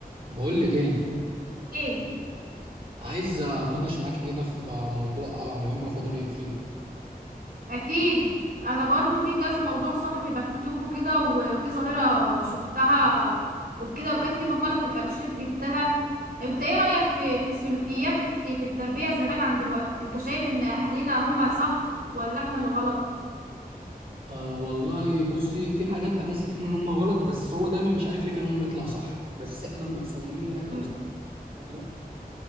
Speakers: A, on the right; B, on the right.
A: بقول لك ايه
B: ايه
A: عايز اتناقش معاكي كده في موضوع مهم واخد رايك فيه
B: اكيد انا برضو في كذا موضوع صحفي بكتبه كده وفي ظاهرة شفتها وكده وكانت في مقالة في الارشيف جبتها انت ايه رأيك في في السلوكيات في التربية زمان عن دلوقت انت شايف ان اهلنا هم صح ولا احنا اللي غلط
A: آه والله بصي في حاجات بحس فيهم ان هم غلط بس هو دايما مش عارف ليه كلامهم بيطلع صح بس احنا مصممين ان احنا
B: امم
A: اللي صح، فاهمه